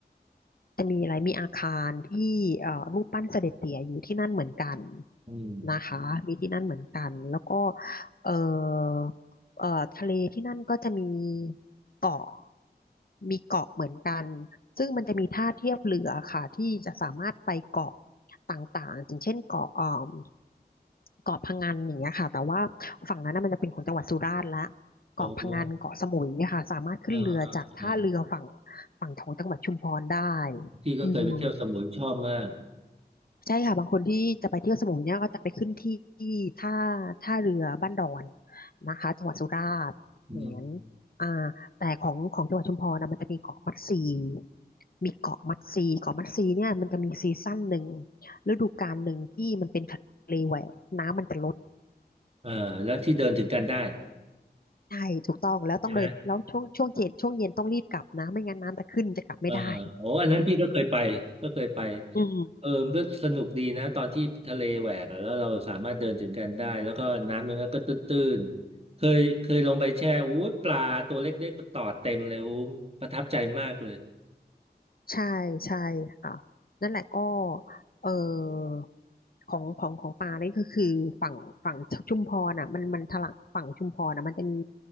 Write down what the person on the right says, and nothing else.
อืม
โอ้โห
เอ่าอ่าอ
อพี่ก็เคยไปเที่ยวสมุยชอบมาก
อืม
เอ่อแล้วที่เดินถึงกันได้
ใช่ไหมเออโอ้อันนั้นพี่ก็เคยไปก็เคยไป
เออมันก็สนุกดีนะตอนที่ทะเลแหวกอะแล้วเราสามารถเดินถึงกันได้แล้วก็น้ำมันก็ตื้นๆเคยเคยลงไปแช่อู้ยปลาตัวเล็กๆมาตอดเต็มเลยอู้มประทับใจมากเลย